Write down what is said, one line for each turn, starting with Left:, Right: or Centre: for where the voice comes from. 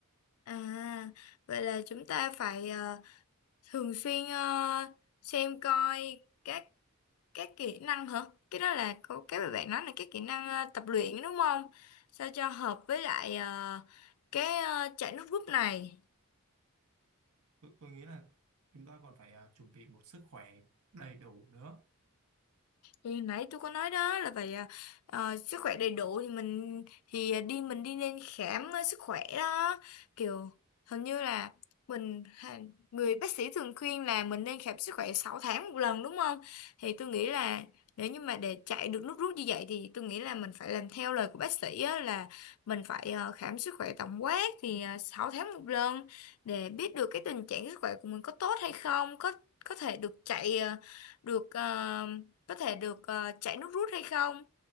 Left: à vậy là chúng ta phải ờ, thường xuyên ờ, xem coi các cái kỹ năng hả cái đó là cô cái mà bạn nói là cái kỹ năng ờ, tập luyện đúng không sao cho hợp với lại ờ, cái ờ, chạy nước rút này
Right: tôi, tôi nghĩ là chúng ta còn phải à, chuẩn bị một sức khỏe đầy đủ nữa
Left: Thì nãy tôi có nói đó là phải à, ờ, sức khỏe đầy đủ thì mình thì à, đi mình đi nên khám ờ, sức khỏe đó kiểu hình như là mình ha- người bác sĩ thường khuyên là mình nên khám sức khỏe 6 tháng một lần đúng không? Thì tôi nghĩ là nếu như mà để chạy được nước rút như vậy thì tôi nghĩ là mình phải làm theo lời của bác sĩ á, là mình phải ờ, khám sức khỏe tổng quát thì uh, 6 tháng một lần để biết được cái tình trạng sức khỏe của mình có tốt hay không, có có thể được chạy ờ, được ờ, có thể được ờ, chảy nước rút hay không.